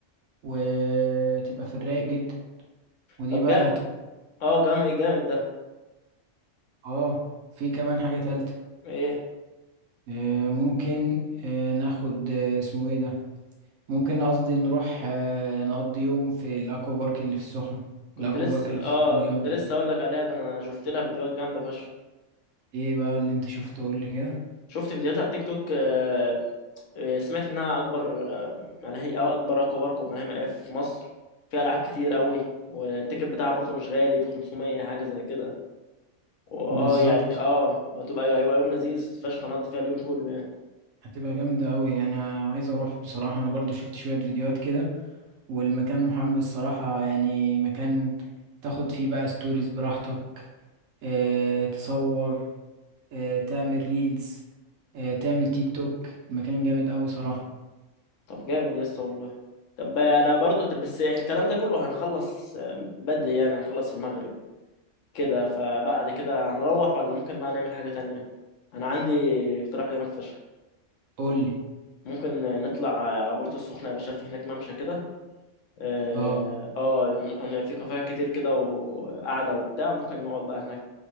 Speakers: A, on the right (about 80°); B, on the left (about 80°).
A: وتبقى في الرايق جدا ودي
B: طب
A: بقى
B: جا
A: هتبقى
B: اه جامد جامد ده
A: اه في كمان حاجة تالتة
B: ايه
A: آه، ممكن آه، ناخد آه، اسمه ايه ده ممكن قصدي نروح آه، نقضي يوم في الاكوا بارك اللي في السخنة
B: كنت
A: الاكوا
B: لسه
A: بارك اللي
B: اه
A: في السخنة جامدة
B: كنت لسه
A: أوي.
B: اقول لك عليها ده انا شفت لها فيديوهات جامده فشخ
A: ايه بقى اللي انت شفته قول لي كده
B: شفت فيديوهات على التيك توك آه آه، سمعت انها اكبر آه ملاهي او اكبر اكوا بارك وملاهي مائية في مصر فيها العاب كتير قوي والتيكت بتاعها برضو مش غالي ب 500 حاجه زي كده واه
A: بالظبط
B: يعني اه وهتبقى ايوه هيبقى يوم لذيذ فشخ هنقضي فيها اليوم كله يعني
A: هتبقى جامدة أوي أنا عايز أروح بصراحة أنا برضو شفت شوية فيديوهات كده والمكان محمس صراحة يعني مكان تاخد فيه بقى ستوريز براحتك اه تصور اه تعمل ريلز اه تعمل تيك توك المكان جامد أوي صراحة
B: طب جامد يا اسطى والله طب انا برضو طب بس الكلام ده كله هنخلص آه، بدري يعني هنخلص المغرب كده فبعد كده هنروح ولا ممكن بقى نعمل حاجة تانية أنا عندي اقتراح جامد فشخ
A: قولي
B: ممكن نطلع على بورتو السخنة يا باشا في هناك ممشى كده اه
A: اه
B: آه، أنا في كافيهات كتير كده وقعدة وبتاع ممكن نقعد بقى هناك